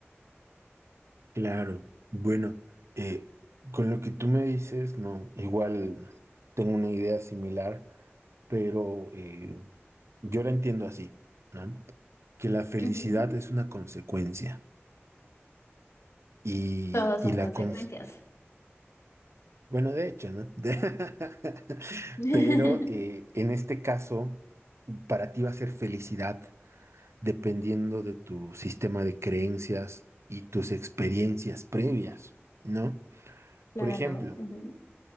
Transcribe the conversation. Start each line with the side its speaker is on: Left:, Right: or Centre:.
Right: Claro, bueno, eh, con lo que tú me dices, no, igual tengo una idea similar, pero eh, yo la entiendo así, ¿no? Que la felicidad
Left: Ujú.
Right: es una consecuencia y,
Left: Todos
Right: y
Left: son
Right: la,
Left: consecuencias.
Right: cons- Bueno, de hecho, ¿no? <laughs>
Left: <laughs>
Right: Pero eh, en este caso, para ti va a ser felicidad dependiendo de tu sistema de creencias y tus experiencias previas, ¿no?
Left: Claro,
Right: Por ejemplo,
Left: ujú,